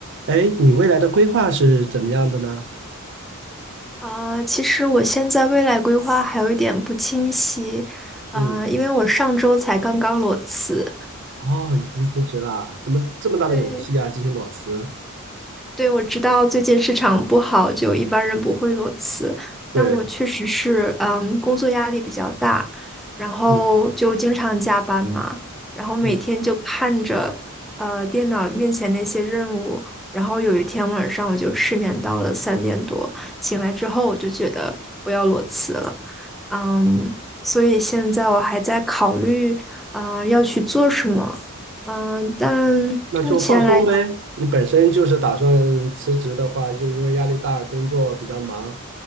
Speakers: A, on the right (about 55°); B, in the centre.
A: 哎，你未来的规划是怎么样的呢？
B: 啊，其实我现在未来规划还有一点不清晰，啊，
A: 嗯，
B: 因为我上周才刚刚裸辞。
A: 哦，已经辞职了，怎么这么大的勇气啊，
B: 对，
A: 进行裸辞？
B: 对，我知道最近市场不好，就一般人不会裸辞，
A: 对，
B: 但我确实是，嗯，工作压力比较大，然后就经常加班嘛，
A: 嗯
B: 然后每天就看着，
A: 嗯，
B: 呃，电脑面前那些任务，然后有一天晚上我就失眠到了三点多，醒来之后我就觉得我要裸辞了，嗯，所以现在我还在考虑，呃，要去做什么，嗯，但
A: 那就放松呗。
B: 目前来。
A: 你本身就是打算辞职的话，就因为压力大，工作比较忙，